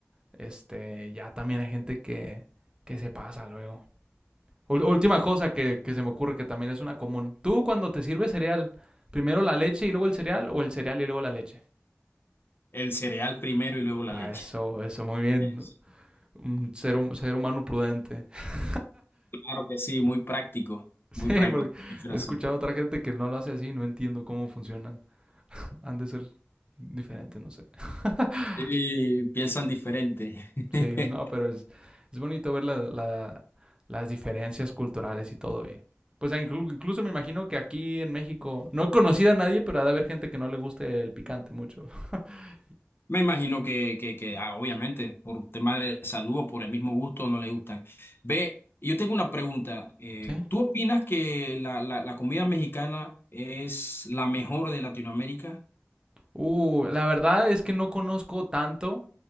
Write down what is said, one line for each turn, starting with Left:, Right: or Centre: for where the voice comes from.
Right: este, ya también hay gente que, que se pasa luego. última cosa que, que se me ocurre que también es una común. Tú cuando te sirves cereal, primero la leche y luego el cereal o el cereal y luego la leche.
Left: El cereal primero y luego la
Right: Ah,
Left: leche.
Right: eso, eso, muy bien.
Left: Eso.
Right: Un ser, un ser humano prudente. <laughs>
Left: Claro que sí, muy práctico,
Right: Sí,
Left: muy práctico.
Right: porque
Left: prefiero
Right: he
Left: así.
Right: escuchado a otra gente que no lo hace así, no entiendo cómo funcionan. Han de ser diferentes, no sé. <laughs>
Left: Sí, piensan diferente. <laughs>
Right: Sí, no, pero es, es bonito ver la- la- las diferencias culturales y todo. Y pues ah, inclu- incluso me imagino que aquí en México no he conocido a nadie, pero ha de haber gente que no le guste el picante mucho. <laughs>
Left: Me imagino que, que, que ah, obviamente, por temas de salud o por el mismo gusto, no le gustan. Ve, yo tengo una pregunta. eh,
Right: Sí.
Left: ¿tú opinas que la, la, la comida mexicana es la mejor de Latinoamérica?
Right: Uh, la verdad es que no conozco tanto